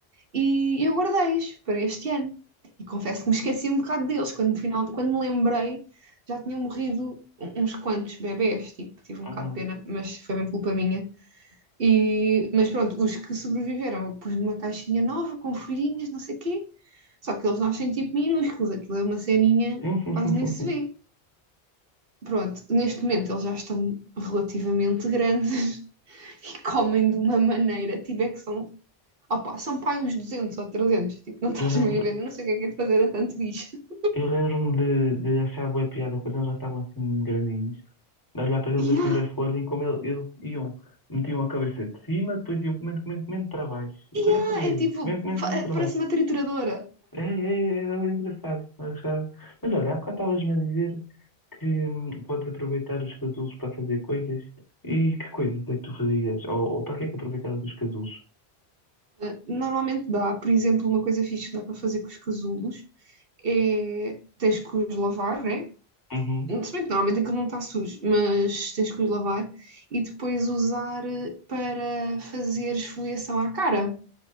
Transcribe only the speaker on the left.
Uhum.
Sim, sim,
sim,
sim,
sim.
Eu lembro,
Eu lembro-me de, de achar boa piada quando eles já estavam assim grandinhos, de olhar para eles
a
comer a folha e como ele- eles iam, metiam a cabeça de cima, depois iam comendo, comendo, comendo para baixo, e
depois
outra vez,
comendo, comendo, comendo para
baixo.
É, é, é, era bem engraçado. Mas, já... mas olha, há bocado estavas-me a dizer que hum, podes aproveitar os casulos para fazer coisas, e que coisas é que tu fazias? Ou, ou para que é que aproveitavas os casulos?
Uhum.